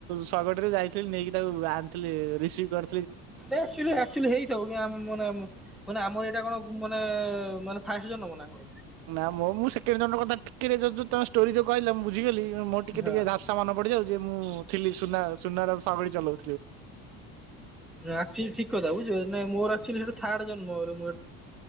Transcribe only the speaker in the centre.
ୁଚୁଆ ହେଇଥାଉ କି ମାନେ ଆମର ଏଇଟା କଣ ମାନେ ମାନେ ଫାଇଶ ଜ ନବନା ଆବ <inaudible>
ହଁ
ଆକଚୁଆଲି ଠିକ କଥା ବୁଝ ମୋର ଆକଚୁଆଲି ଏଇଟା ଥାର୍ଡ ଜନ୍ମରୁ